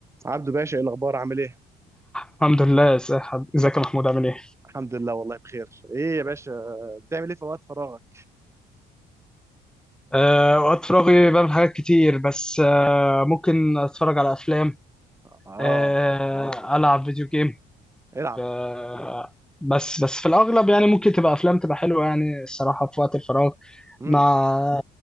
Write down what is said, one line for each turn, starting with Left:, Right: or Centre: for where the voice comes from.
Right: عبدو باشا ايه الاخبار عامل ايه
Centre: الحمد لله يا ساحب ازيك يا محمود عامل ايه
Right: الحمد لله والله بخير ايه يا باشا بتعمل ايه في وقت فراغك
Centre: أه وقت فراغي بعمل حاجات كتير بس أه ممكن اتفرج على افلام
Right: اه
Centre: أه العب فيديو جيم
Right: العب
Centre: أه بس بس في الاغلب يعني ممكن تبقى افلام تبقى حلوه يعني الصراحه في وقت الفراغ
Right: امم
Centre: مع